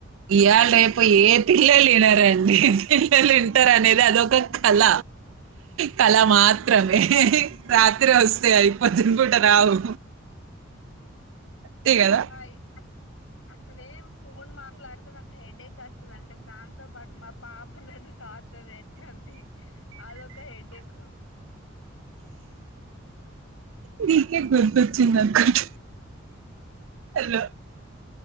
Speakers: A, on the right; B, on the left.
A: ఇయ్యాల రేపు ఏ పిల్లలు వినరండి పిల్లలు పుట్టర్ అనేది అదొక కళ కళ మాత్రమే రాత్రి వస్తాయి అవి పొద్దున్న పూట రావు. అంతే
B: హ్మ్మ్
A: కదా
B: హాయ్ అసలేం ఫోన్ మాట్లాడతె నాకు హెడ్ఎక్ కష్టమంటే అంటే దాంతో పాటు మా పాప నన్ను టార్చర్ చేత్తాంది అదొక హెడ్ఏక్
A: మీకే గుర్తొచ్చిందనుకుంట హలో